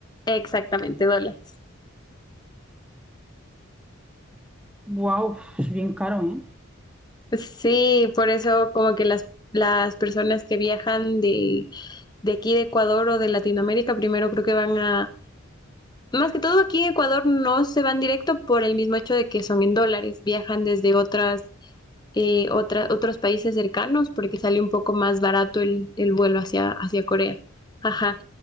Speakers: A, on the left; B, in the centre.
A: Exactamente, dólares.
B: Wow, es bien caro, ¿eh?
A: Sí, por eso como que las, las personas que viajan de, de aquí de Ecuador o de Latinoamérica, primero creo que van a, Más que todo aquí en Ecuador no se van directo por el mismo hecho de que son en dólares, viajan desde otras, eh, otra- otros países cercanos porque sale un poco más barato el, el vuelo hacia, hacia Corea. Ajá.